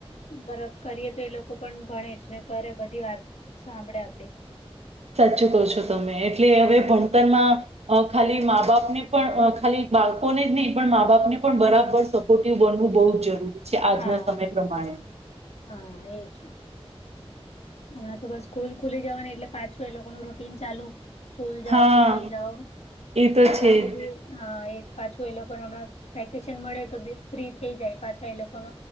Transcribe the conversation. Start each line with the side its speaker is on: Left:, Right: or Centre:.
Left: બરાબ કરીએ તો એ લોકો પણ ભણે જ ને કરે બધી વાત સાંભળે આપડી.
Right: સાચું ક છો તમે એટલે હવે ભણતરમાં અ ખાલી મા બાપ ને પણ ખાલી બાળકોને જ નહી પણ મા બાપને પણ બરાબર શ ખોટ બનવું બહુ જરૂરી છે આજના
Left: હા
Right: સમય પ્રમાણે.
Left: હા એજ. હમણાં તો બસ સ્કૂલ ખુલી જવાનું એટલે પાછું એ લોકો નું રૂટીન ચાલુ. સ્કૂલ જાઓ
Right: હા
Left: ટ્યુશન જાઓ
Right: તો
Left: એ
Right: છે
Left: ચ આપડું
Right: જ
Left: બી એ પાછું એ લોકોને હમણાં વેકેશન મળે તો બ ફ્રી થઈ જાય પાછા એ લોકો, ન